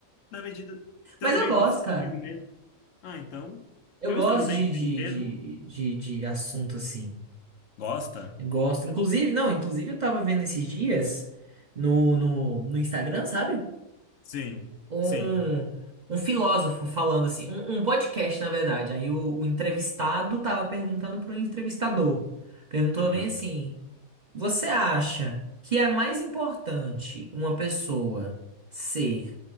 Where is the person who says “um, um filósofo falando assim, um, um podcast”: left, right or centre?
Right